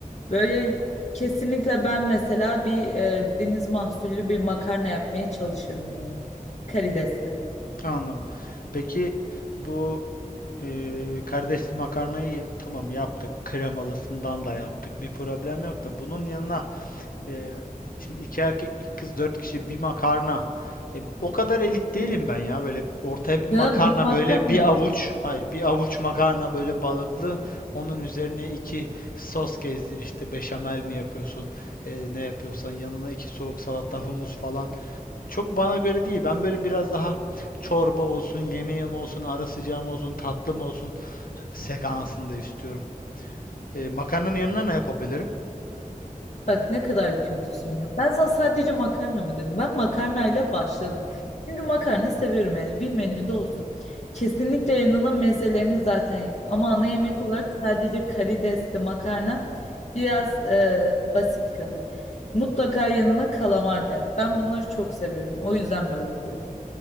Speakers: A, on the left; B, on the left.
A: Böyle kesinlikle ben mesela bir e, deniz mahsullü bir makarna yapmaya çalışırdım yani. Karidesli.
B: Anladım. Peki bu eee kardeşli makarnayı tamam yaptık. Kremalısından da yaptık. Bir problem yok da bunun yanına eee, şimdi iki erkek, iki kız, dört kişi bir makarna. E, o kadar elit değilim ben ya. Böyle ortaya bir makarna
A: Canım bir makarna
B: böyle bir
A: mı?
B: avuç. Hayır bir avuç makarna böyle balıklı. Onun üzerine iki sos gezdir işte beşamel mi yapıyorsun? e, ne yapıyorsan yanına iki soğuk salata, humus falan. Çok bana göre değil. Ben böyle biraz daha çorba olsun, yemeğim olsun, ara sıcağım olsun, tatlım olsun sekansında istiyorum. E, makarnanın yanına ne yapabilirim?
A: Bak ne kadar kötüsün ya. Ben sana sadece makarna mı dedim. Ben makarnayla başladım. Çünkü makarna seviyorum yani bir menüde olsun. Kesinlikle yanına mezelerini zaten yap. Ama ana yemek olarak sadece karidesli makarna biraz e, basit kalır. Mutlaka yanına kalamar da yap. Ben bunları çok seviyorum. O yüzden böyle diyorum.